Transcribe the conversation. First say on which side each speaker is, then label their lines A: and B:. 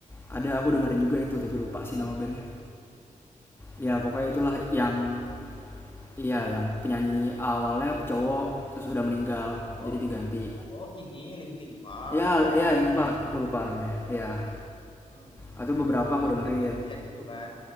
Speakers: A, on the left; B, on the left.
A: ada aku dengerin juga itu tapi lupa sih nama bandnya ya
B: Hmm.
A: pokoknya itulah yang iya yang penyanyi awalnya cowok terus udah meninggal jadi
B: Oh,
A: diganti
B: oh ini Linkin Park.
A: ya ya dengan Park aku lupa namanya ya
B: Hmm.
A: atau beberapa
B: Yang
A: aku dengerin
B: chat-chat itu kan,